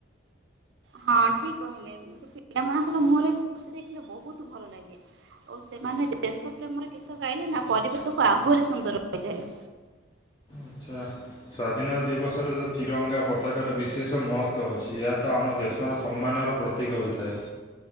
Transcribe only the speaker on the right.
ହଁ ଠିକ କହିଲେ କିନ୍ତୁ ପିଲାମାନଙ୍କର ମୁହଁରେ ଖୁସି ଦେଖିଲେ ବହୁତ ଭଲ ଲାଗେ। ଓ ସେମାନେ ଦେଶ ପ୍ରେମର ଗୀତ ଗାଇଲେ ନା ପରିବେଶକୁ ଆହୁରି ସୁନ୍ଦର ହୋଇଥାଏ।